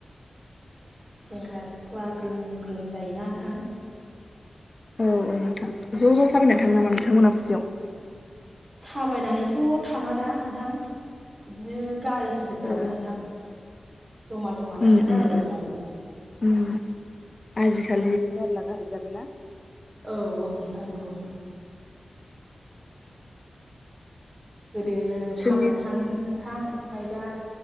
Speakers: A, on the right; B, on the left.
A: सेंग्रा सिख्ला ग्रोम ग्रोम जायोना नोंथां?
B: औ औ नोंथां ज ज थाबायना थाङो नामा नोंथांमोना फुजायाव?
A: थाबायनानैथ थाङा दा नोंथां बिदिनो गारि फोरजों
B: औ
A: थाङो नोंथां जमा जमा
B: उम
A: थाङो
B: उम
A: आरो
B: उम
A: अब्लाबो
B: उम आजिखालि मेरला गारि जाबायना
A: औ औ नोंथां नंगौ गोदो
B: जोंनि
A: थाबायनानै थाङोमोन नोंथां ओमफ्राय दा